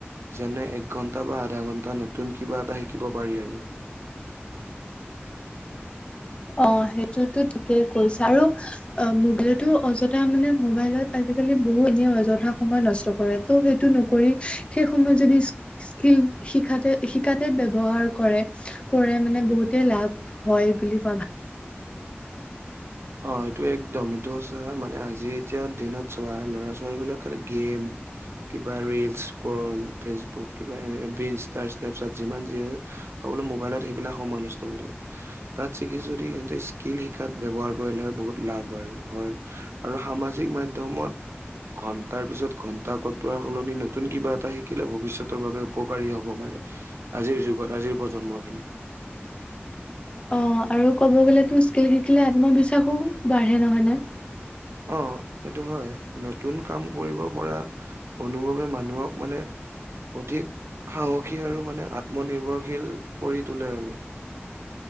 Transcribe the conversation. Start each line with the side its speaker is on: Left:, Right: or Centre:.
Right: যেনে এক ঘন্টা বা আধা ঘন্টা নতুন কিবা এটা শিকিব পাৰি আৰু
Left: অ সেইটোতো ঠিকেই কৈছা আৰু অ মোবাইলতো অযথা মানে মোবাইলত আজিকালি বহু এনে অযথা সময় নষ্ট কৰে ত' সেই নকৰি সেই সময়ত যদি স্কিল শিকাতে শিকাতে ব্যৱহাৰ কৰে। কৰে মানে বহুতেই লাভ হয় বুলি মই ভাব
Right: অ এইটো একদম এইটো সচা মানে আজি এতিয়া দিনত চবা ল'ৰা ছোৱালী বিলাক খালি গেম, কিবা ৰিলচ কৰল ফেচবুক কিবা এ ইনষ্টা স্নেপচাট যিমান যি অকল মোবাইলত সময় নষ্ট কৰি থকা তাত থাকি যদি স্কিল শিক্ষাৰ ব্যৱহাৰ, কৰিলে হয় বহুত লাভ আৰু হয় আৰু সামাজিক মাধ্যমত, ঘন্টাৰ পিছত ঘন্টা কটোৱাৰ সলনি নতুন কিবা এটা শিকিলে ভৱিষ্যতৰ বাবে উপকাৰী হ'ব পাৰে। আজিৰ যুগত আজিৰ প্ৰজন্মৰখিনি।
Left: অ আৰু ক'ব গ'লে তো স্কিল শিকিলে আত্মবিশ্বাসো বাঢ়ে নহয় নে।
Right: অ সেইটো হয় নতুন কাম কৰিব পৰা। অনুভৱে মানুহক মানে। অধিক সাহসী আৰু মানে আত্মনিৰ্ভৰশীল কৰি তোলে আৰু